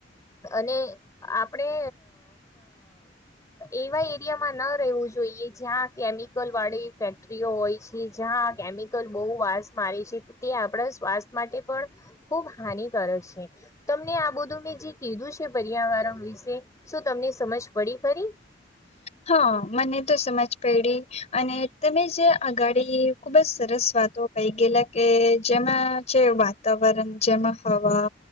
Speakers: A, on the left; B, on the left.
A: અને આપણે એવા એરિયામાં ન રહેવું જોઈએ, જ્યાં કેમિકલ વાળી ફેક્ટરીઓ હોય છે, જ્યાં કેમિકલ બહુ વાસ મારે છે, તે આપણા સ્વાસ્થ્ય માટે પણ ખુબ હાનિકારક છે. તમને આ બધું મેં જે કીધું છે, પર્યાવરણ વિશે શું તમને સમજ પડી ફરી.
B: હા, મને તો સમજ પડી. અને તમે જે આ ગાડી ખુબ જ સરસ વાત. તો કંઈ ગયેલા કે જેમાં છે વાતાવરણ, જેમાં હવા